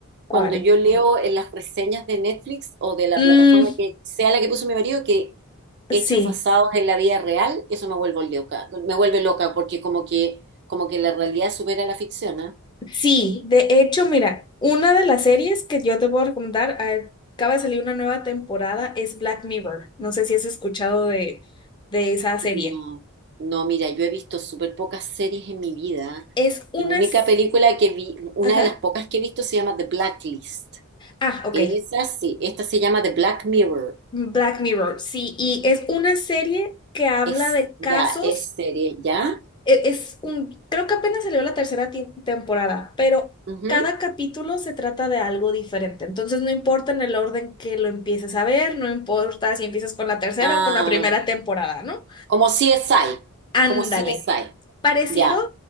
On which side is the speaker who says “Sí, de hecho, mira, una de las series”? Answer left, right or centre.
Left